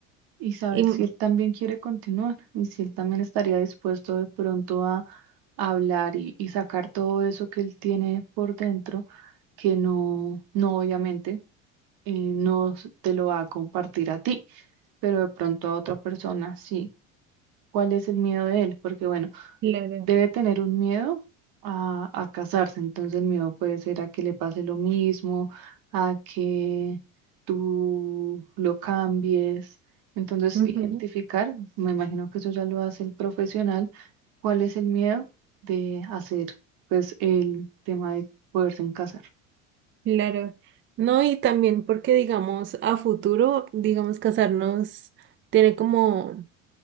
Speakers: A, on the right (about 65°); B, on the right (about 30°).
A: y saber
B: Y, ujú,
A: si él también quiere continuar y si él también estaría dispuesto de pronto a hablar y, y sacar todo eso que él tiene por dentro, que no, no obviamente eh, no s- te lo va a compartir a ti, pero de pronto a otra persona sí. ¿Cuál es el miedo de él? Porque bueno,
B: claro,
A: debe tener un miedo a, a casarse, entonces el miedo puede ser a que le pase lo mismo, a que tú lo cambies. Entonces,
B: ujú,
A: identificar, me imagino que eso ya lo hace el profesional, cuál es el miedo de hacer, pues, el tema de poderse en casar.
B: claro. No, y también porque, digamos, a futuro, digamos, casarnos tiene como